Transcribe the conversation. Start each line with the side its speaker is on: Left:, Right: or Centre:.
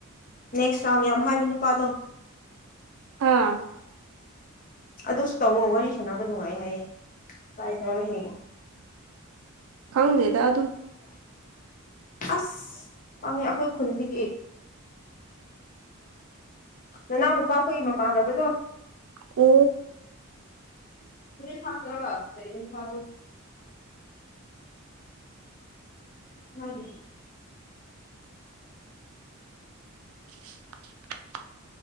Left: ꯅꯦꯛꯁ ꯔꯥꯎꯟ ꯌꯥꯝ ꯍꯥꯏꯕ ꯅꯨꯄꯥꯗꯣ
Right: ꯑꯥ
Left: ꯑꯗꯨꯁꯨ ꯇꯧꯋꯣ ꯋꯥꯔꯤ ꯁꯥꯟꯅꯕ ꯅꯨꯡꯉꯥꯏ ꯍꯥꯏꯌꯦ ꯇ꯭ꯔꯥꯏ ꯇꯧꯔ ꯍꯌꯦꯡꯉ
Right: ꯈꯥꯎꯗꯦꯗ ꯑꯗꯨꯨ
Left: ꯑꯁ ꯋꯥꯡꯉꯦ ꯑꯩꯈꯣꯏ ꯈꯨꯟꯗꯒꯤ ꯅꯅꯥꯎ ꯅꯨꯄꯥꯈꯏ ꯃꯃꯥꯟꯅꯕꯗꯣ
Right: ꯎ
Left: ꯊ ꯊꯀ꯭ꯔꯕ ꯐꯔ ꯎꯝ
Right: <unintelligible>